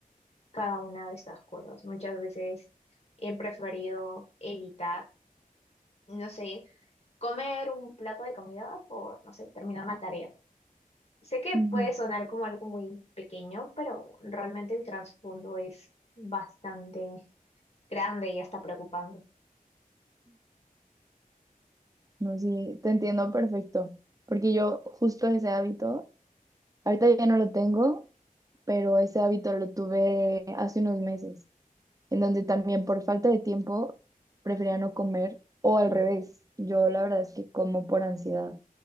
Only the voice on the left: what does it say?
cada una de estas cosas. Muchas veces he preferido evitar, no sé, comer un plato de comida por, no sé, terminar una tarea. Sé que
puede sonar como algo muy pequeño, pero realmente el trasfondo es bastante grande y hasta preocupante.